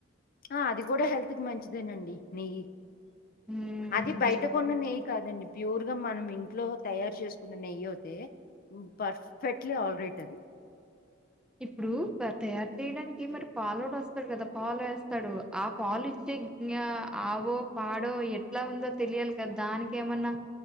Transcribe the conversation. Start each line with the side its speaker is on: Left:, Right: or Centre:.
Left: ఆ అది కూడా హెల్త్ కి మంచిదేనండి నెయ్యి
Centre: హ్మ్.
Left: అది
Centre: అదేనా
Left: బయట కొన్న నెయ్యి కాదండి. ప్యూర్ గా మనం ఇంట్లో తయారు చేసుకున్న నెయ్యి అయితే పర్ఫెక్ట్లీ ఆల్రైట్ అది
Centre: ఇప్పుడు తయారు చేయడానికి మరి పాలు వస్తాడు కదా పాలు వేస్తాడు ఆ పాలు ఇచ్చే ఆవో పాడో ఎట్లా ఉందో తెలియాలి కదా దానికి ఏమన్నా?